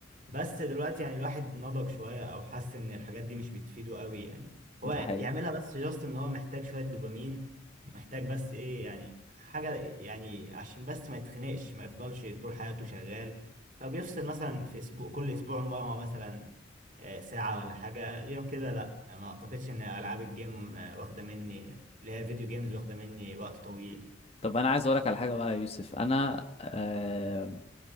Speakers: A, on the right; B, on the left.
A: بس دلوقتي يعني الواحد نضج شوية او حس ان الحاجات دي مش بتفيده قوي يعني هو
B: ده
A: يعملها
B: حقيقي
A: بس جاست ان هو محتاج شوية دوبامين ومحتاج بس ايه يعني حاجة يعني عشان بس ما يتخنقش ما يفضلش طول حياته شغال فبيفصل مثلا في اسبوع كل اسبوع مرة مثلا آه، ساعة ولا حاجة غير كده لا ما اعتقدش ان العاب الجيم آه، واخدة مني اللي هي الفيديو جيمز واخدة مني وقت طويل
B: طب انا عايز اقولك على حاجة بقى يا يوسف انا آه